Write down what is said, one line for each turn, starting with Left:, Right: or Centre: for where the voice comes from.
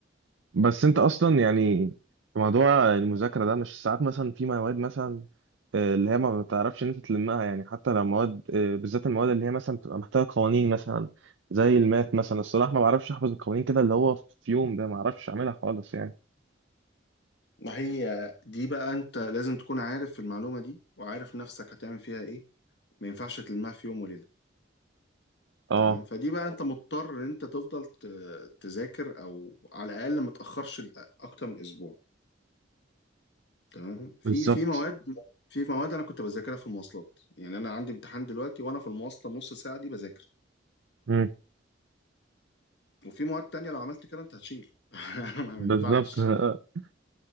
Right: بس انت اصلا يعني في موضوع المذاكره ده مش ساعات مثلا في مواد مثلا آه، اللي هي ما بتعرفش ان انت تلمها يعني حتى لو مواد آه، بالذات المواد اللي هي مثلا بتبقى محتاجه قوانين مثلا زي المات مثلا الصراحه ما بعرفش احفظ القوانين كده اللي هو في يوم ده ما اعرفش اعملها خالص يعني
Left: ما هي دي بقى انت لازم تكون عارف المعلومة دي وعارف نفسك هتعمل فيها ايه ما ينفعش تلمها في يوم وليلة
Right: اه
Left: تمام فدي بقى انت مضطر ان انت تفضل ت... تذاكر او على الاقل ما تاخرش اكتر من اسبوع تمام في
Right: بالظبط
Left: في مواد في مواد انا كنت بذاكرها في المواصلات يعني انا عندي امتحان دلوقتي وانا في المواصله النص ساعه دي بذاكر
Right: مم.
Left: وفي مواد تانية لو عملت كده انت هتشيل <laughs> ما
Right: بالظبط
Left: ينفعش
Right: <laughs>